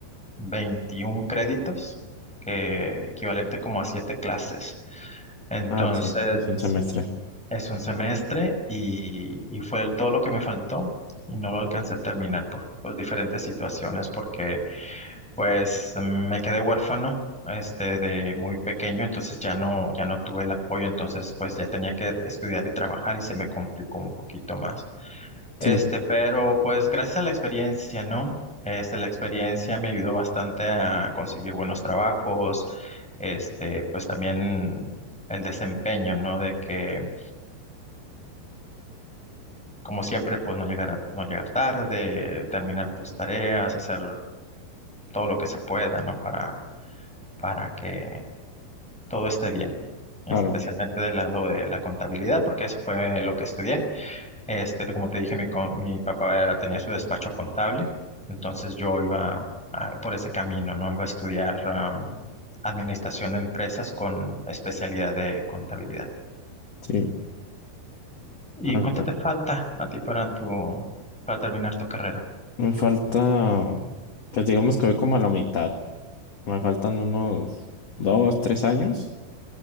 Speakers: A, in the centre; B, on the left (about 45°).
A: 21 créditos, que equivalente como a siete clases. Entonces,
B: Ah, sí, es un semestre.
A: es un semestre y, y fue el- todo lo que me faltó y no lo alcancé a terminar por pues, diferentes situaciones porque pues me quedé huérfano este de muy pequeño, entonces ya no ya no tuve el apoyo, entonces pues ya tenía que estudiar y trabajar y se me complicó un poquito más. Este,
B: Sí,
A: pero pues gracias a la experiencia, ¿no? Este, la experiencia me ayudó bastante a conseguir buenos trabajos, este, pues también el desempeño, ¿no? De que como siempre, pues no llegar a- no llegar tarde, terminar tus tareas, hacer todo lo que se pueda, ¿no? Para, para que todo esté bien, especialmente
B: claro.
A: del lado de la contabilidad, porque eso fue lo que estudié. Este, como te dije, mi, co- mi papá era- tenía su despacho contable, entonces yo iba a- por ese camino, ¿no? Iba a estudiar am, administración de empresas con especialidad de contabilidad.
B: Sí.
A: ¿Y
B: ah
A: cuánto
B: pues.
A: te falta a ti para tu, para terminar tu carrera?
B: Me falta, pues digamos que voy como a la mitad. Me faltan unos dos, tres años.